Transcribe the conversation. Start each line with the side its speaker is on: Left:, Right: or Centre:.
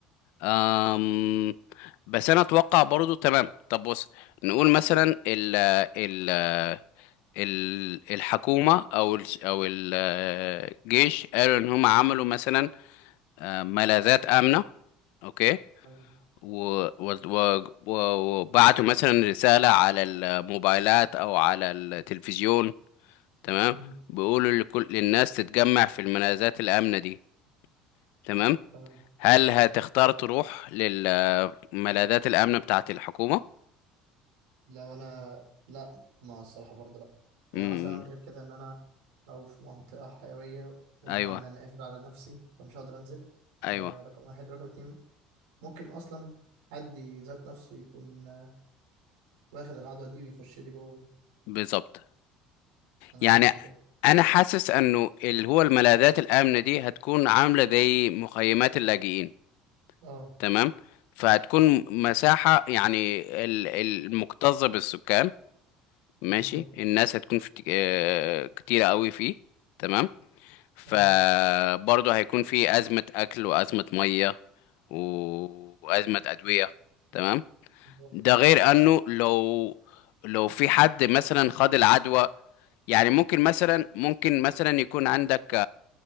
Left: أم... بس انا اتوقع برضو تمام طب بص نقول مثلا ال ال ال- الحكومة او ال... او ال- الجيش قالوا ان هم عملوا مثلا آه، ملاذات آمنة اوكي
Right: تمام
Left: و... و... و... و- وبعتوا مثلا رسالة على الموبايلات أو على التلفزيون تمام
Right: مم.
Left: بيقولوا لكل للناس تتجمع في الملاذات الآمنة دي تمام
Right: تمام
Left: هل هتختار تروح للملاذات الآمنة بتاعة الحكومة؟
Right: لو أنا لا ما الصراحة برضه لا يعني
Left: امم
Right: مثلا غير كده إن أنا لو في منطقة حيوية ونوعا
Left: أيوه
Right: ما أنا قافل على نفسي فمش هقدر أنزل
Left: أيوه
Right: ده رقم واحد رقم اتنين ممكن أصلا حد ذات نفسه يكون آه، واخد العدوى دي ويخش لي جوه
Left: بالظبط
Right: أنا
Left: يعني
Right: خايف من كده
Left: أنا حاسس إنه اللي هو الملاذات الآمنة دي هتكون عاملة زي مخيمات اللاجئين
Right: أه
Left: تمام فهتكون مساحة يعني ال- ال- المكتظة بالسكان ماشي
Right: بالظبط
Left: الناس هتكون في آه، كتيرة قوي فيه تمام فبرضه
Right: تمام
Left: هيكون في أزمة أكل وأزمة مية و- وأزمة أدوية تمام
Right: بالظبط
Left: ده غير أنه لو لو في حد مثلا خد العدوى يعني ممكن مثلا ممكن مثلا يكون عندك